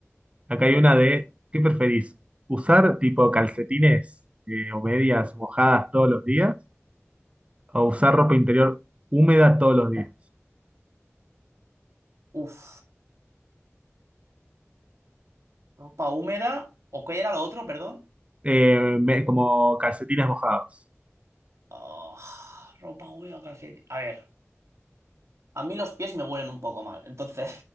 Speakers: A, on the right; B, on the right.
A: Acá hay una de, ¿qué preferís? ¿Usar tipo calcetines eh, o medias mojadas todos los días? ¿O usar ropa interior húmeda todos los días?
B: Uf. ¿Ropa húmeda? ¿O qué era lo otro, perdón?
A: Eh, me- como calcetines mojados.
B: Ah, ropa húmeda o calcetín. A ver, a mí los pies me huelen un poco mal, entonces...